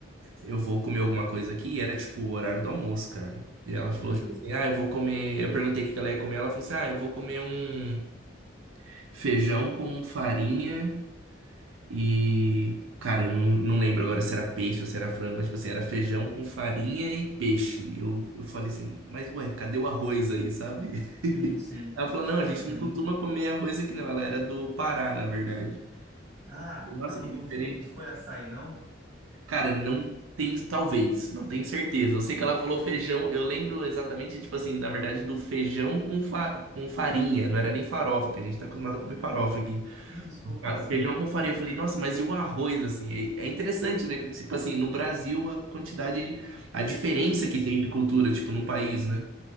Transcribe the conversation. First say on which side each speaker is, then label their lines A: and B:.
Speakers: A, on the right (about 85°); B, on the right (about 15°).
A: eu vou comer alguma coisa aqui". E era tipo o horário do almoço, cara. E ela falou
B: uhum.
A: tipo assim: "Ah, eu vou comer". Eu perguntei o que que ela ia comer, ela falou assim: "Ah, eu vou comer um feijão com farinha e, cara, eu não, não lembro agora se era peixe ou se era frango, mas, tipo assim, era feijão com farinha e peixe. Eu, eu falei assim, mas ué, cadê o arroz aí, sabe? <laughs>
B: Sim, sim.
A: Ela falou, não, a gente
B: Não, é
A: não
B: muito.
A: costuma comer arroz aqui não. Ela era do Pará, na verdade.
B: Ah,
A: Nossa,
B: então
A: que
B: não,
A: diferente.
B: não foi, não foi açaí, não?
A: Cara, não tenho, talvez, não tenho certeza. Eu sei que ela falou feijão, eu lembro exatamente, tipo assim, na verdade, do feijão com, fa com farinha, não era nem farofa, que a gente tá acostumado a comer farofa aqui.
B: Isso, porque
A: Ah,
B: assim,
A: Feijão com farinha. Eu falei, nossa, mas e o arroz, assim? É, é interessante, né? Porque, Tipo assim, no Brasil, a quantidade, a diferença
B: isso.
A: que tem de cultura, tipo, num país, né?